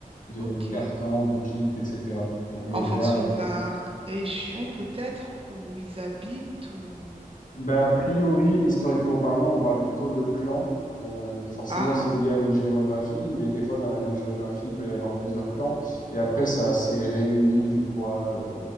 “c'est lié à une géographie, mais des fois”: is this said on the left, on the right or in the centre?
Left